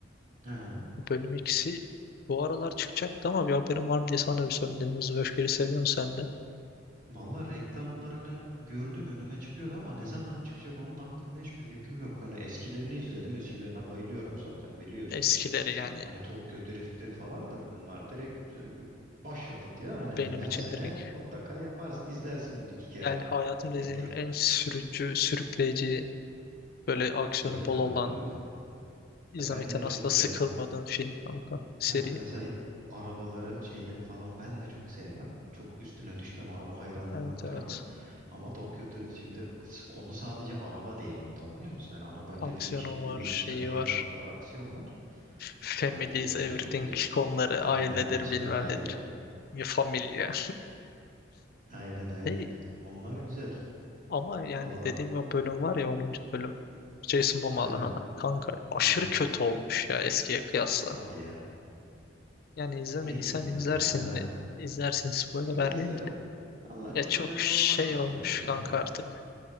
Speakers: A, on the right; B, on the left.
A: He.
B: Bölüm ikisi bu aralar çıkacaktı ama bir haberim var mı diye sana da bir sorayım dedim. Hızlı ve Öfkeli seviyor musun sen de?
A: Vallahi reklamlarını gördüm önüme çıkıyordu ama ne zaman çıkacak onun hakkında hiçbir fikrim yok. Hani eskilerini izledim eskilerine bayılıyorum zaten biliyorsun.
B: Eskileri yani
A: Hani Tokyo Drift'tir falandır. Bunlar direkt e, başyapıt ya. Hani her
B: benim için
A: sene
B: direkt.
A: mutlaka yaparsın. izlersin bir iki kere
B: Yani hayatımda
A: denk
B: izlediğim
A: gelip.
B: en sürücü, sürükleyici, böyle aksiyonu
A: Öyle
B: bol
A: tabii
B: olan,
A: canım öyle.
B: izlemekten
A: Ya ben de
B: asla
A: çok sevmem.
B: sıkılmadığım film kanka. Seri.
A: Ha, mesela arabaları şeyleri falan ben de çok sevmem. Çok üstüne düşmem. Araba hayranlığım
B: Evet
A: yoktur
B: evet.
A: ama. Ama Tokyo Drift şimdi s- konu sadece araba değil orada anlıyor musun? Yani arabayla
B: Aksiyonu
A: birleşik bir
B: var,
A: de bir hikaye
B: şeyi var.
A: var, aksiyon var.
B: Family
A: O birleşince
B: is everything
A: çok güzel.
B: konuları,
A: Aynen
B: ailedir
A: her şey
B: bilmem
A: aile.
B: nedir. Mi familia.
A: Aynen aynen.
B: Hey,
A: Onlar güzel.
B: Ama yani
A: Valla
B: dediğim o bölüm var ya onuncu bölüm. Jason Momoa'nın
A: Aynen.
B: olan. Kanka aşırı
A: Aynen.
B: kötü olmuş ya eskiye kıyasla.
A: Hadi ya.
B: Yani izlemediysen
A: Ne gibi mesela
B: izlersin
A: neler
B: yine.
A: var?
B: İzlersin spoiler
A: Yine
B: vermeyeyim
A: izlerim.
B: de.
A: Valla çok
B: Ya çok
A: önemli
B: şey
A: olmaz spoiler
B: olmuş
A: yani.
B: kanka artık.